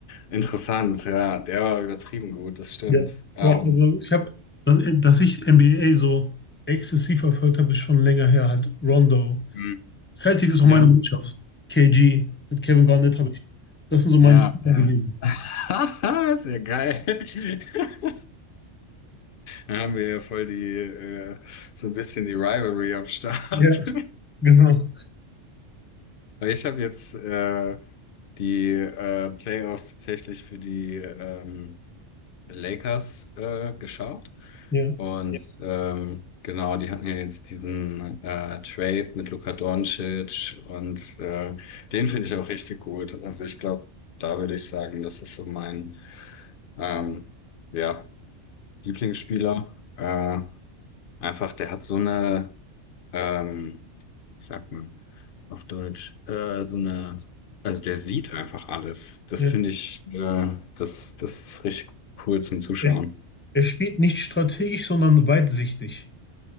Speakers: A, on the left; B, on the left.
A: Interessant, ja. Der war übertrieben gut, das stimmt.
B: Ja.
A: Ähm,
B: Ro- Also ich habe, dass, dass ich NBA so exzessiv verfolgt habe, ist schon länger her. Halt Rondo.
A: hm.
B: Celtics ist auch
A: Ja.
B: meine Mannschaft. KG, mit Kevin Garnett habe ich. Das sind so meine
A: Ja,
B: Spieler
A: ja.
B: gewesen.
A: <laughs> Ist ja geil. <laughs> Da haben wir ja voll die, äh, so ein bisschen die Rivalry am Start.
B: Ja,
A: <laughs>
B: genau.
A: Weil ich habe jetzt äh, die äh, Playoffs tatsächlich für die ähm, Lakers äh, geschaut. Ja.
B: Ja,
A: Und ähm, genau, die hatten ja jetzt diesen äh, Trade mit Luka Doncic und äh, den finde ich auch richtig gut. Also ich glaube, da würde ich sagen, das ist so mein. Ähm, ja, Lieblingsspieler. Äh, einfach, der hat so eine, ähm, wie sagt man auf Deutsch, äh, so eine, also der sieht einfach alles. Das
B: ja.
A: finde ich, äh, das, das ist richtig cool zum Zuschauen.
B: Er, er spielt nicht strategisch, sondern weitsichtig.